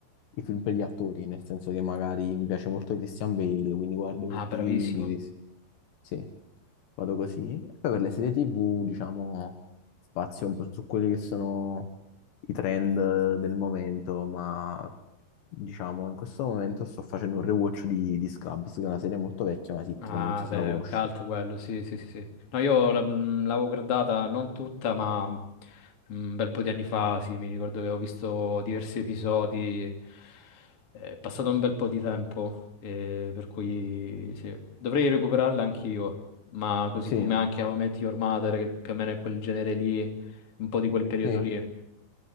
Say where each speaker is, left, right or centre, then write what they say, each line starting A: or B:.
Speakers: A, on the left; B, on the left.
A: i film per gli attori, nel senso che magari mi piace molto Christian Bale, quindi guardo
B: Ah,
A: molti
B: bravissimo.
A: film di Chris. Sì, vado così. E poi per le serie TV, diciamo, spazio un po' su quelli che sono i trend eh, del momento, ma diciamo in questo momento sto facendo un rewatch di, di Scrubs, che è una serie molto vecchia, una sitcom,
B: Ah,
A: non so se
B: beh,
A: la conosci.
B: è un cult quello, sì, sì, sì, sì. No, io la- mm, l'avevo guardata non tutta, ma mm, un bel po' di anni fa, sì, mi ricordo che avevo visto diversi episodi. È passato un bel po' di tempo, eh, per cui sì, dovrei recuperarla anch'io, ma così
A: Sì,
B: come anche How I Met Your Mother, che più o meno è quel genere lì, un po' di quel periodo
A: sì.
B: lì.